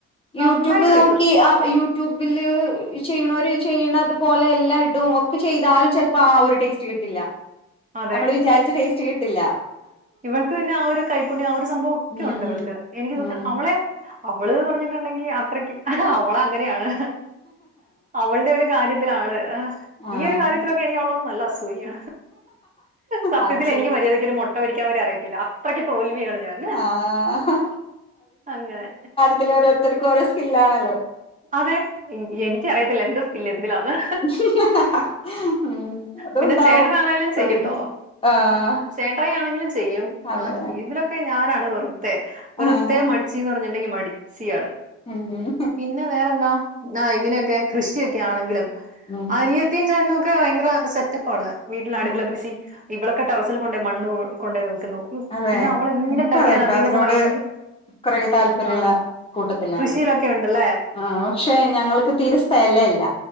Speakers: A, on the right; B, on the left.
A: നന്നായിട്ട്
B: യൂട്യൂബ് നോക്കി
A: വെക്കും.
B: യ യു ട്യൂബില് ചെയ്യണവര് ചെയ്യണതുപോലെ എല്ലാം ഇടും ഒക്കെ ചെയ്താലും ചെലപ്പോൾ ആ ഒരു ടേസ്റ്റ് കിട്ട് ട്ടില്ലാ
A: അതെ.
B: നമ്മള് വിചാരിച്ച ടേസ്റ്റ് കിട്ടില്ല
A: ഇവൾക്ക് പിന്നെ ആ ഒരു കൈപ്പുണ്യം ആ ഒരു സംഭവം ഒക്കെ
B: ഉം
A: ഉണ്ട് ഇവൾക്ക്
B: ഉം
A: എനിക്ക്
B: ഉം
A: സത്യം അവളെ അവള്ന്ന് പറഞ്ഞിട്ടുണ്ടെങ്കി അത്രക് അവളങ്ങനെയാണ് അവളുടെ ഒരു കാര്യത്തിലാണ് ആഹ്
B: ആഹ്
A: ഈ ഒരു കാര്യത്തിലൊക്കെ എനിക്ക് അവളോട് നല്ലസു വയ്യ സത്യത്തില്
B: അത് ശരി
A: എനിക്ക് മര്യാതയ്ക്ക്‌ ഒരു മൊ ട്ടരിക്കാൻ വരെ അറിയത്തില്ല അത്രക്ക് തോൽവിയാണ് ഞാൻ
B: ആഹ്
A: അങ്ങനെ
B: പിന്നെ ഓരോരുതർക്കും ഓരോ സ്കില്ലാണല്ലോ
A: അതെ
B: ഉം
A: എനിക്കറിയത്തില്ല എന്റെ സ്കില് എന്തിലാന്ന്
B: <inaudible> അതുണ്ടാവും
A: പിന്നെ ചേട്ടനാണെലും ചെയ്യുണ്ടോ
B: ഒളിഞ്ഞ് ആഹ്
A: ചേട്ടായി ആണെങ്കിലും ചെയ്യും
B: അതെ
A: ആ്ഹ് ഇതിലൊ ക്കെ ഞാനാണ് വെറുതെ വെറുതെ
B: ആഹ്
A: മടിച്ചീന്ന് പറഞ്ഞ്ണ്ടെങ്കിൽ മടിച്ചിയാണ്
B: ഉം ഉം
A: പിന്നെ വേറെന്താ നാ ഇങ്ങനെയൊക്കെ കൃഷിയൊക്കെ ആണെങ്കിലും
B: ഉം
A: അനിയ ത്തിയും ചേട്ടന് ഒക്കെ ഭയങ്കര സെറ്റപ്പ് ആണ് വീട്ടില് അടുക്കള
B: ആഹ്
A: കൃഷി ഇവളൊക്കെ ടെറസല് കൊണ്ടേ മണ്ണ് കൊ കൊണ്ടേ നോക്കുന്നു
B: അതെ
A: പിന്നെ അവളെന്തുണ്ടാക്കിയാലും
B: എനിക്കും അതെട്ടോ
A: അതിൽന്നൊക്കെ
B: അതിനോട്
A: ഭയങ്കര
B: കുറേ താല്പര്യള്ള
A: ആഹ്
B: കൂട്ടത്തിലാണ്
A: കൃഷിയിലൊക്കെ ഉണ്ടല്ലേ
B: ആഹ് പക്ഷെ ഞങ്ങൾക്ക് തീരെ സ്ഥലയില്ല